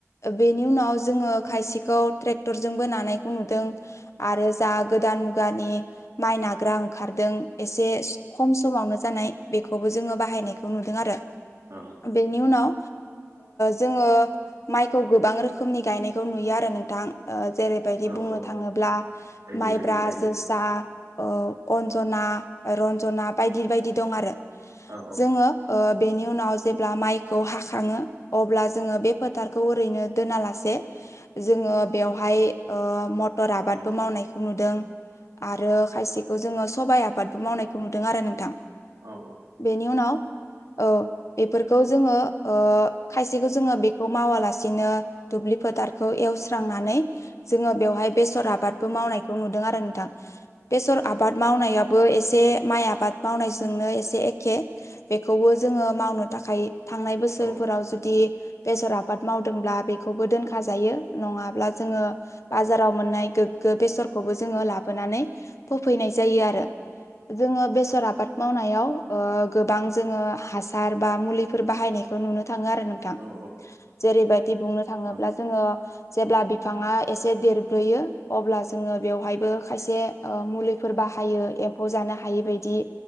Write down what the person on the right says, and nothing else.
औ
औ
औ
बायदि
बायदि थायो
औ
औ
औ
औ
औ
औ